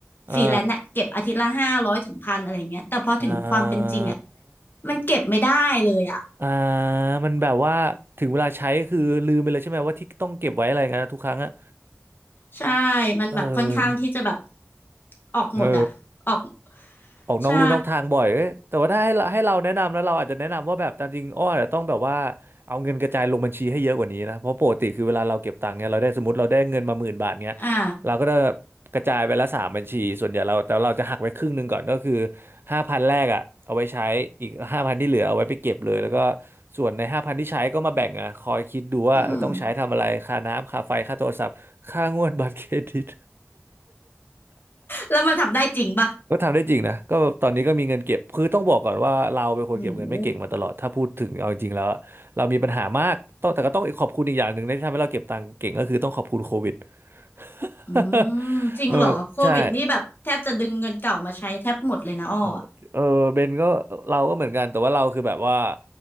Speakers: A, on the right; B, on the left.
A: อ่า
B: ฟรีแลนซ์น่ะเก็บอาทิตย์ละห้าร้อยถึงพันอะไรอย่างเงี้ยแต่พอถึงความเป็นจริงอ่ะ
A: อ่า
B: มันเก็บไม่ได้เลยอ่ะ
A: อ่ามันแบบว่าถึงเวลาใช้คือลืมไปเลยใช่ไหมว่าที่ต้องเก็บไว้อะไรเงี้ยทุกครั้งอะ
B: ใช่มันแบบค่อนข้างที่จะแบบ
A: เออ
B: ออกหมดอะออก
A: เออ ออกนอกลู่นอกทางบ่อยเอ้ยแต่ว่าถ้าให้เราให้เราแนะนำนะเราอาจจะแนะนำว่าแบบตามจริงอ้อเนี่ยต้องแบบว่า
B: ใช่
A: เอาเงินกระจายลงบัญชีให้เยอะกว่านี้นะเพราะปกติคือเวลาเราเก็บตังค์เนี่ยเราได้สมมติเราได้เงินมาหมื่นบาทเนี้ย
B: อ่า
A: เราก็จะกระจายไปละสามบัญชีส่วนใหญ่เราแต่เราจะหักไว้ครึ่งหนึ่งก่อนก็คือห้าพันแรกอ่ะเอาไว้ใช้อีกห้าพันที่เหลือเอาไว้ไปเก็บเลยแล้วก็ส่วนในห้าพันที่ใช้ก็มาแบ่งอ่ะคอยคิดดูว่าต้องใช้ทำอะไรค่าน้ำค่าไฟค่าโทรศัพท์ค่างวดบัตรเครดิต
B: อืม <laughs> แล้วมันทำได้จริงป่ะ
A: ก็ทำได้จริงนะก็ตอนนี้ก็มีเงินเก็บคือต้องบอกก่อนว่าเราเป็นคนเก็บเงินไม่เก่งมาตลอดถ้าพูดถึงเอาจริงแล้วอะเรามีปัญหามากต้องแต่ก็ต้องขอบคุณอีกอย่างหนึ่งนะที่ทำให้เราเก็บตังค์เก่งก็คือต้องขอบคุณโควิด
B: โอ้โห
A: <laughs>
B: อืมจริงเหรอโควิดนี่แบบแทบจะดึงเงินเก่ามาใช้แทบหมดเลยนะอ้ออะ
A: เออใช่โอ้เออเบนก็เราก็เหมือนกันแต่ว่าเราคือแบบว่า